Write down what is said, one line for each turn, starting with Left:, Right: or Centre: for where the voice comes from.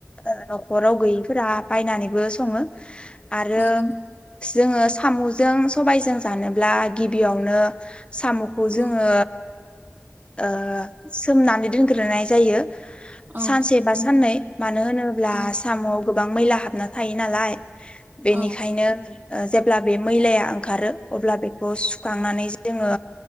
Left: ओ नखराव गैयिफोरा बायनानैबो सङो। आरो
Right: औ
Left: जोङो साम'जों सबायजों जानोब्ला गिबियावनो साम'खौ जोङो
Right: औ
Left: ओ सोमनानै दोनग्रोनाय जायो।
Right: औ
Left: सानसे बा साननै मानो होनोब्ला
Right: औ
Left: आसामावबो बां मैला हाबना थायो नालाय बेनिखायनो
Right: औ
Left: ओ जेब्ला बे मैलाया ओंखारो अब्ला बेखौ सुखांनानै जोङो